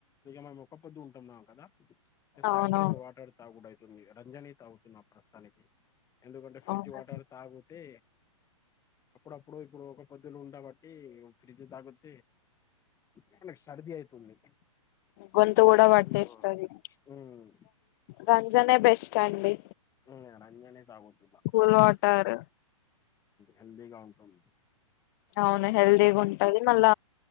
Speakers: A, on the left; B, on the left.
A: మనం ఒక్క పొద్దు ఉంటున్నాం కదా సాయంత్రం
B: అవునవును
A: వాటర్ తాగుడు ఐ రంజాని తాగుతున్న ప్రస్తుతానికి ఎందుకంటే ఫ్రిడ్జ్
B: అవునండి
A: వాటర్ తాగితే అప్పుడప్పుడు ఇప్పుడు ఒక్క పొద్దులు ఉండబట్టి ఫ్రిజ్ అది అదితాగుతే, ఆయనకి, సర్ది అయితుంది.
B: గొంతు కూడా పట్టేస్తది,
A: ఉమ్ ఉమ్,
B: రంజనే బెస్ట్ అండి.
A: ఉమ్ రాంజనే తాగుతుంట
B: కూల్
A: మంచిది.
B: వాటర్
A: హెల్దీగా ఉంటాం.
B: అవును హెల్ది ఉంటాది, మళ్ల,